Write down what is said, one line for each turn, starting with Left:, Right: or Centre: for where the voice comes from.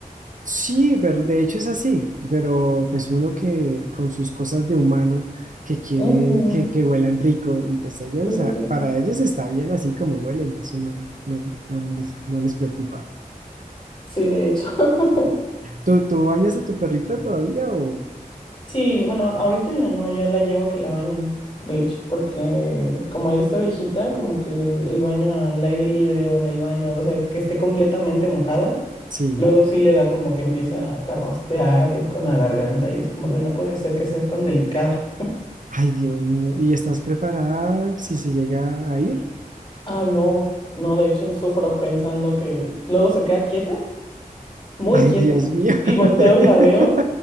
Right: Sí, pero de hecho es así, pero pues uno que con sus cosas de humano, que quiere
Left: Ujú,
Right: que, que huelan rico y pues ellos,
Left: Sí,
Right: ah,
Left: sí, sí.
Right: para ellos está bien así como huelen, eso no, no, no, les, no les preocupa.
Left: Sí, de hecho. <laughs>
Right: ¿Tú, tú bañas a tu perrita todavía o...?
Left: Sí, bueno, ahorita ya no, ya la llevo a que la bañen, de hecho, porque como ya está viejita, como que el, el baño al aire libre o en el baño, o sea, que esté completamente mojada,
Right: Sí.
Left: luego sí le da como que empieza a carraspear y con la garganta y es como de no puede ser que seas tan delicada.
Right: Ay, Dios mío. ¿Y estás preparada si se llega a ir?
Left: Ay, no, no, de hecho sufro pensando que luego se queda quieta, muy
Right: Ay,
Left: quieta,
Right: Dios mío. <laughs>
Left: y volteo y la veo